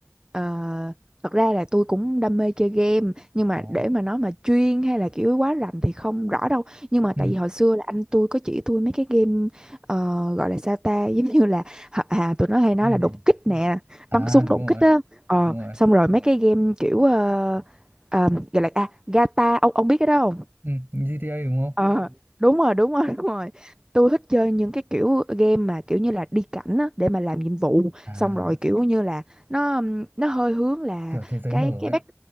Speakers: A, on the right (about 15°); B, on the right (about 40°).
A: Ờ, thật ra là tôi cũng đam mê chơi game nhưng mà
B: Ờ.
A: để mà nói mà chuyên hay là kiểu quá rành thì không rõ đâu. Nhưng mà
B: ừ.
A: tại vì hồi xưa là anh tôi có chỉ tôi mấy cái game ờ, gọi là sao ta <laughs> giống như là à, à, tụi nó hay nói
B: game
A: là
B: gì
A: đột
B: nhỉ
A: kích nè,
B: à
A: bắn súng
B: đúng
A: đột
B: rồi
A: kích á. Ờ
B: đúng rồi
A: xong rồi mấy cái game kiểu ờ, ờ, gọi là à Gata ông ông biết cái đó không?
B: ừ. GTA đúng không
A: Ờ, đúng rồi, đúng rồi, <laughs> đúng rồi. Tôi thích chơi những cái kiểu game mà kiểu như là đi cảnh á, để mà làm nhiệm vụ
B: à
A: xong rồi kiểu như là nó ừm, nó hơi hướng là
B: kiểu thế giới
A: cái
B: mở
A: cái
B: ấy
A: back